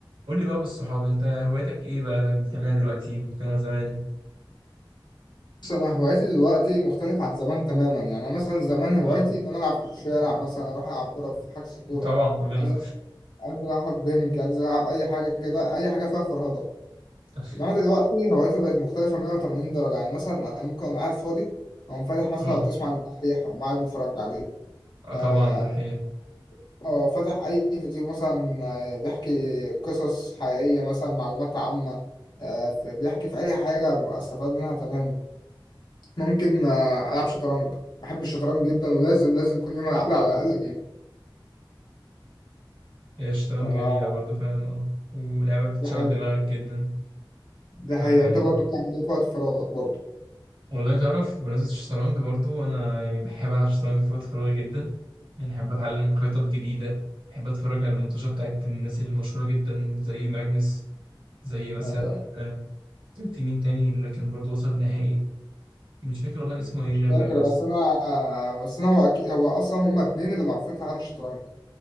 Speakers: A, on the right; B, on the left.
A: قول لي بقى بالصحاب انت هوايتك ايه بقى اللي بتعملها دلوقتي وبتعملها زمان
B: بص انا هوايتي دلوقتي مختلف عن زمان تماما يعني انا مثلا زمان هوايتي
A: اه
B: ان انا العب في الشارع مثلا اروح العب كوره في حجز كوره
A: طبعا كلنا
B: انزل انزل العب بنج انزل العب اي حاجه كده اي حاجه فيها فرهضه
A: <laughs>
B: انما دلوقتي هوايتي بقت مختلفه 180 درجه يعني مثلا انا ممكن أبقى قاعد فاضي او فاتح مثلا
A: اه
B: لو تسمع عن الدحيح او قاعد بتفرج عليه
A: اه
B: اه
A: طبعا ده حقيقة
B: أو فاتح اي فيديو مثلا آه، بيحكي قصص حقيقيه مثلا معلومات عامه آه، بيحكي في اي حاجه استفاد منها تماما ممكن آه، العب شطرنج بحب الشطرنج جدا ولازم لازم كل يوم العب لي على الاقل جيم
A: هي الشطرنج
B: ف
A: جميلة برضو فعلا اه ولعبة بتشغل
B: دي حقيقة
A: دماغك جدا
B: دي
A: فيعني
B: حقيقة انت برضو بتعمل ايه في وقت فراغك برضو
A: والله تعرف بمناسبة الشطرنج برضو أنا يعني بحب ألعب شطرنج في وقت فراغي جدا يعني بحب أتعلم خيطات جديدة بحب أتفرج على الماتشات بتاعت الناس المشهورة جدا زي ماجنس زي مثلا
B: ايوه ايوه
A: آه، كان في مين تاني اللي كان برضو وصل نهائي مش فاكر والله اسمه ايه غير
B: فاكر
A: ماجنس
B: بس انا آه، بس انا هو اكيد هو اصلا هما اتنين اللي معروفين في عالم الشطرنج